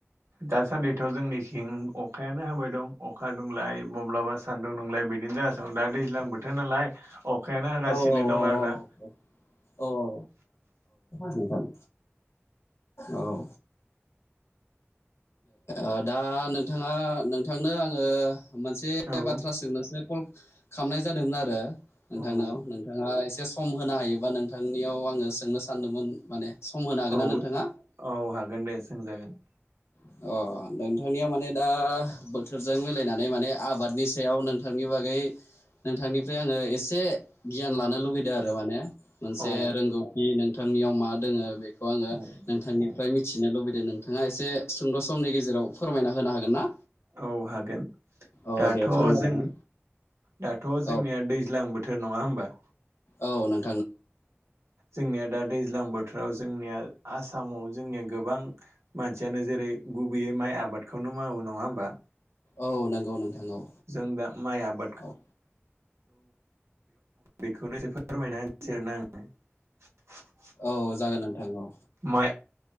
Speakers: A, on the right; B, on the left.
A: दासान्दैथ' जोंनिथिं अखायानो हाबाय दं अखा दुंलाय माब्लाबा सान्दुं दुंलाय बिदिनो जाना दं दा दैज्लां बोथोर नालाय अखायानो हागासिनो
B: औ-औ-औ-औ-औ-औ-औ-औ-औ
A: दं आरो ना
B: नोंथां। औ ओ दा नोंथाङा नोंथांनो आङो मोनसे
A: औ
B: बाथ्रा सोंनोसो कल खालामनाय जादोंमोन आरो नोंथांनाव
A: औ
B: नोंथाङा ए से सम होनो हायोबा नोंथांनियाव आङो सोंनो सानदोंमोन माने सम होनो हागोन
A: औ
B: ना नोंथाङा
A: औ हागोन दे सोंजागोन
B: अ नोंथांनिया माने दा बोथोरजों मिलायनानै माने आबादनि सायाव नोंथांनि बागै नोंथांनिफ्राय आङो एसे गियान लानो लुबैदों आरो माने मोनसे
A: औ
B: रोंगौथि नोंथांनियाव मा दोङो बे खौ आङो
A: औ
B: नोंथांनिफ्राय मिथिनो लुबैदों नोंथाङा एसे सुंद' समनि गेजेराव फोरमायना होनो हागोन ना?
A: औ हागोन
B: औ
A: दाथ'
B: दे फोरमायलाङो
A: जों दाथ' जोंनिया
B: औ
A: दैज्लां बोथोर नङा होमबा
B: औ नों
A: जोंनिया दा दैज्लां बोथोर ओ जोंनिया आसामाव जोंनिया गोबां मानसियानो जेरै गुबैयै माइ आबादखौ मावो नङा होमबा?
B: औ नांगौ नोंथां औ
A: जों दा माइ आबादखौ
B: औ
A: बेखौनो फोरमायनानै होनिसैना आङो <unintelligible>
B: औ जागोन नोंथां औ
A: माइ